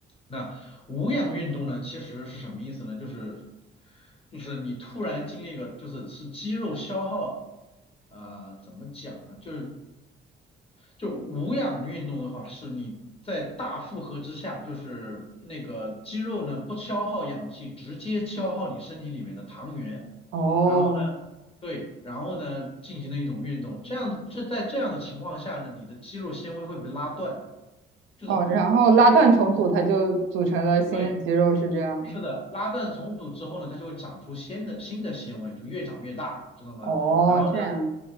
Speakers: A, on the left; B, on the right.
A: 那无氧运动呢，其实是什么意思呢？就是就是你突然经历一个，就是是肌肉消耗，啊、怎么讲呢？就是就无氧运动的话，是你在大负荷之下，就是那个肌肉呢不消耗氧气，直接消耗你身体里面的糖原，
B: 哦
A: 然后呢，对，然后呢进行的一种运动，这样这在这样的情况下呢，你的肌肉纤维会被拉断，就是
B: 哦，然后拉断重组，它就组成了新的肌肉，
A: 对。
B: 是这样吗？
A: 是的，拉断重组之后呢，它就会长出新的新的纤维，就越长越大，知道吗？
B: 哦，
A: 然后呢，
B: 这样。